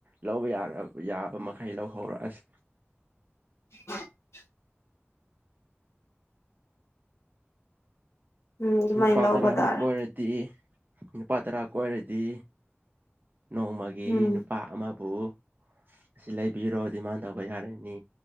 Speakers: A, on the right (about 40°); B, on the left (about 75°).
A: ꯂꯧꯕ ꯌꯥ ꯌꯥꯕ ꯃꯈꯩ ꯂꯧꯍꯧꯔꯣ ꯑꯁ
B: <inaudible> ꯎꯝ ꯑꯗꯨꯃꯥꯏꯅ
A: ꯅꯨꯄꯥ
B: ꯂꯧꯕ
A: ꯇꯔꯥꯃꯨꯛ
B: ꯇꯥꯔꯦ
A: ꯀꯣꯏꯔꯗꯤ ꯅꯨꯄꯥ ꯇꯔꯥ ꯀꯣꯏꯔꯗꯤ ꯅꯣꯡꯃꯒꯤ
B: ꯎꯝ
A: ꯅꯨꯄꯥ ꯑꯃ ꯕꯨꯕꯨ ꯑꯁꯤ ꯂꯩꯕꯤꯔꯣ ꯗꯤꯃꯥꯟ ꯇꯧꯕ ꯌꯥꯔꯅꯤ